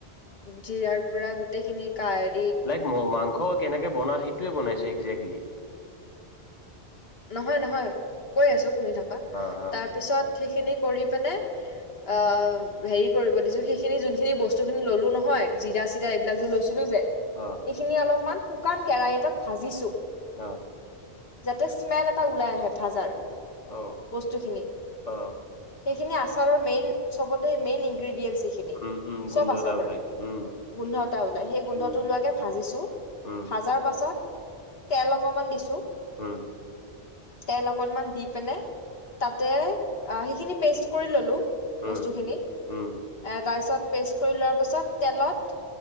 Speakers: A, on the left; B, on the left.
A: জিৰাৰ পৰা গোটেই খিনি কাই
B: লাইক, মা-মাংস কেনেকে বনা সেইটোৱে বনাইছো একজেক্টলি।
A: নহয়, নহয় কৈ আছো শুনি থকা,
B: অ', অ',
A: তাৰপিছত সেইখিনি কৰি পিনে অ, হেৰি কৰিব দিছো সেইখিনি যোনখিনি বস্তু খিনি ললো নহয় জিৰা-চিৰা এ এইবিলাক যে লৈছিলো যে।
B: অ,
A: এইখিনি অলপমান শুকান কেৰাহি এটাত ভাজিছো।
B: অ,
A: তাতে, স্মেল এটা ওলাই আহে ভাজাৰ,
B: অ',
A: বস্তুখিনি
B: অ',
A: সেইখিনি আচাৰৰ মেইন চবতে, মেইন ইনগ্ৰেডিয়েনচ সে খিন,
B: উম, উম, গোন্ধ
A: চব আচাৰ
B: এটা
A: দৰে,
B: ওলাই উম,
A: গোন্ধ এটা ওলাই সেই গোন্ধটো
B: উম,
A: ওলোৱাকে ভাজিছো।
B: উম,
A: ভাজাৰ পাছত, তেল অকনমান দিছো।
B: উম,
A: তেল অকনমান দি পিনে, তাতে সেইখিনি পেষ্ট কৰি ললোঁ।
B: উম,
A: বস্তু খিনি, এ,
B: উম,
A: তাৰপিছত পেষ্ট কৰি লোৱাৰ পিছত, তেলত